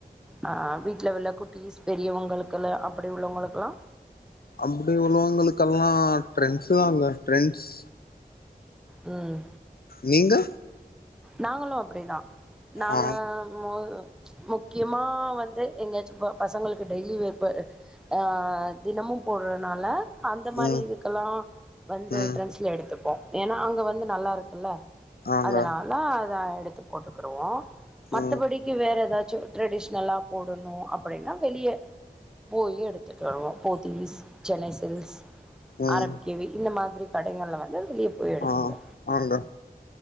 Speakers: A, in the centre; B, on the left.
A: ஆ வீட்ல உள்ள குட்டிஸ் பெரியவங்களுக்குல்ல அப்டி உள்ளவளுங்க்லா
B: அப்டி உள்ளவங்களுக்கெல்லா ட்ரெண்ட்ஸ் தாங்க ட்ரெண்ட்ஸ்
A: ம்
B: நீங்க
A: நாங்களூ அப்டிதா நாங்க
B: ஆ
A: மொ முக்கியமா வந்து எங்கயாச்சு போ பசங்களுக்கு டெய்லி வேர் ப ஆ தினமூ போடுறதுனால அந்த மாரி
B: ம்
A: இதுக்கெல்லா வந்து
B: ம்
A: ட்ரெண்ட்ஸ்ல எடுத்துப்போ ஏனா அங்க வந்து நல்லாருக்குல்ல
B: ஆங்க
A: அதனால தா எடுத்து போட்டுக்ருவோ மத்தபடிக்கு
B: ம்
A: வேற ஏதாச் சு ட்ரெடிஷ்னலா போடணு அப்டின்னா வெளியே போய் எடுத்துட்டு வருவோ போத்தீஸ் சென்னைஸ் இல்க்ஸ்
B: ம்
A: ஆர் எம் கே வி இந்த மாத் ரி கடைங்கள்ல வந்து வெளிய போய் எடுத்துப்போ
B: ஆ ஆங்க